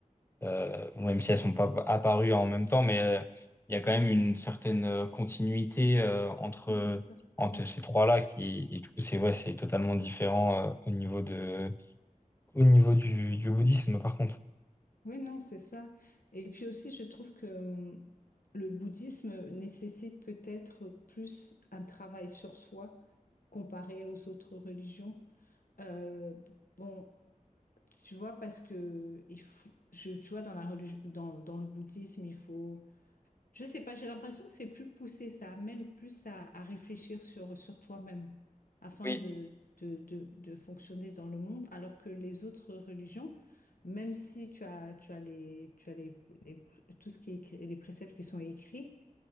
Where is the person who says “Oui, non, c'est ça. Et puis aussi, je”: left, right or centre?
Left